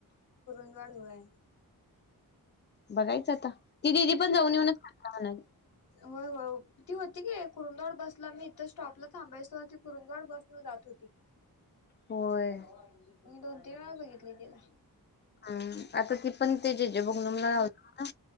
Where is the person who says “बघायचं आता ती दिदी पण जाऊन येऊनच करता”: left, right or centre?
Left